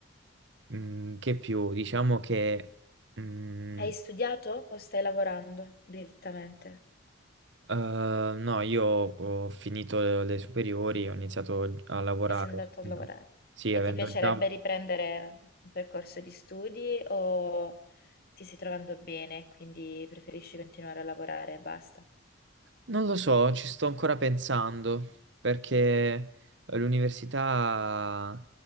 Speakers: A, on the right (about 65°); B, on the left (about 50°).
A: mm, che più? Diciamo che... Mm,
B: Hai studiato o stai lavorando direttamente?
A: Eh, no, io ho finito le superiori, ho iniziato a lavorare.
B: e sei andato
A: no.
B: a lavorare.
A: Sì,
B: E
A: avendo
B: ti piacerebbe
A: già
B: riprendere un percorso di studi o ti stai trovando bene e quindi preferisci continuare a lavorare e basta?
A: Non lo so, ci sto ancora pensando perché eh, l'università